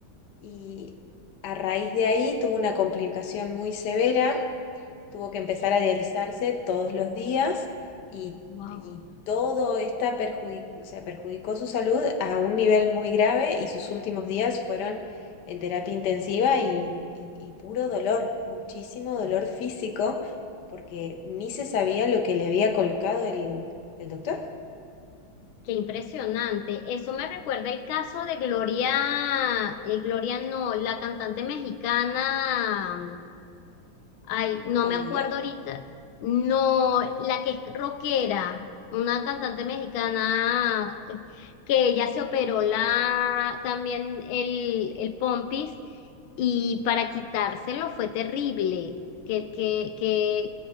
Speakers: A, on the left (about 60°); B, on the left (about 75°).
A: y a raíz de ahí tuvo una complicación muy severa tuvo que empezar a dializarse todos los días y,
B: Wow.
A: y todo esta perjudicó, o sea, perjudicó su salud a un nivel muy grave y sus últimos días fueron en terapia intensiva y, y- y puro dolor, muchísimo dolor físico, porque ni se sabía lo que le había colocado el, el doctor.
B: Qué impresionante. Eso me recuerda el caso de Gloria, eh, Gloria no, la cantante mexicana. Ay, no
A: Talía.
B: me acuerdo ahorita. No, la que es rockera, una cantante mexicana eh, que ella se operó la también el, el pompis y para quitárselo fue terrible. Que, que, que,